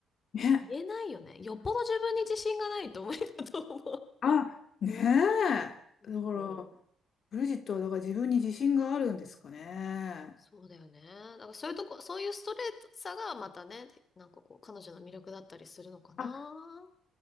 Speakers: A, on the left; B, on the left.
A: ね、
B: 言えないよね。よっぽど自分に自信がないと無理だと思
A: あ、ねえ。
B: う。うん。
A: だから、ブリジットはだから自分に自信があるんですかね。
B: そうだよね。だからそういうとこ、そういうストレートさがまたね、なんかこう、彼女の魅力だったりするのかな。
A: あ、